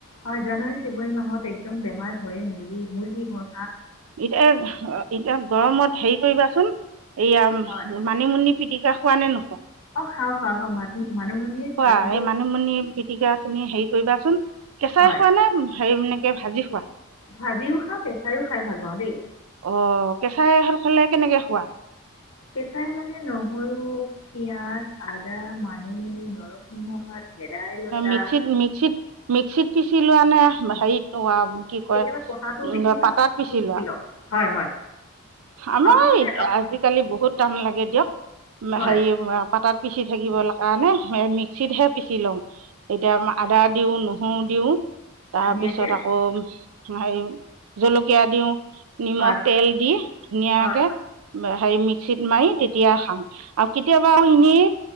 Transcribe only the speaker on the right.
এতিয়া -এতিয়া গৰমত হেৰি কৰিবাচোন এয়া
মানিমুনি পিটিকা পোৱা নে নো অ
',
খোৱা
এই মানিমুনি পিটিকা চিনি হেৰি কৰিবাচোন কেঁচাই
খোৱা নে হে এনেকে ভাজি কোৱা
অ ', কেঁচাই খাৰ খালে কেনেকে খোৱা?
মিক্সিত মিক্সিত পিচি লোৱা নে হেৰি কি কয়
উ
পাতাত পিচি লোৱা
আমাৰ
আজিকালি বহুত টান লাগে দিয়ক।
হেৰি পাতাত পিছি থাকিব কাৰণে মিক্সিতহে পিচি লওঁ। এতিয়া আ আদা দিও নো অ', দিওঁ। তাৰ
পিছত আকৌ হেৰি জলকীয়া দিও। নিমখ
তেল দি ধুনীয়াকে
হেৰি মিক্স চিট মাৰি তেতিয়া খাাম। আৰু কেতিয়াবা এনেই